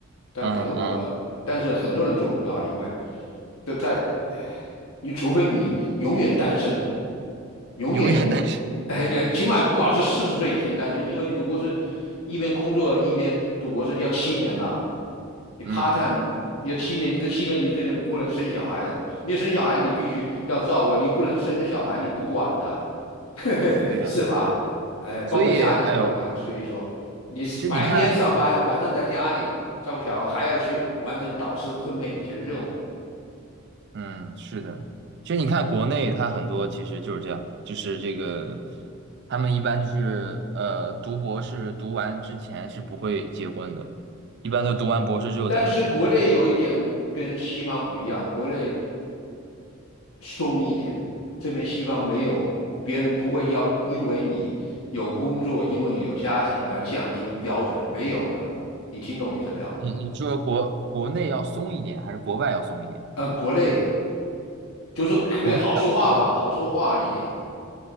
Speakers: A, on the left; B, on the right.
A: 但德国啊，
B: 嗯嗯，
A: 但是很多人做不到，因为这在，唉你除非你永远单身，永远，
B: 永远单身。
A: 哎哎，起码保持四十岁以前单身，因为你读博士，一边工作一边读博士要七年了，你
B: 嗯，
A: part time 你要七年，你这七年你这人不能生小孩的，你生小孩你必须要照顾，你不能生了小孩你不管的，<laughs>
B: 对啊，
A: 是吧？哎，包括家里也要管，
B: 所以，哎呦，
A: 所以说你白天上班，
B: 其实你看，
A: 晚上在家里。照顾小孩，还要去完成导师分配你一些任务。
B: 嗯，是的，其实你看国内它很多其实就是这样，就是这个，他们一般就是呃，读博士读完之前是不会结婚的，一般都读完博士之后才会结婚。
A: 但是国内有一点跟西方不一样，国内松一点，这边西方没有，
B: 哦
A: 别人不会要因为你有工作，因为你有家庭而降低标准，没有的。你听懂意思没有？
B: 你你说国国内要松一点，还是国外要松一点？
A: 嗯，国内就是可以好说话吧，
B: 国内要
A: 好说话一点。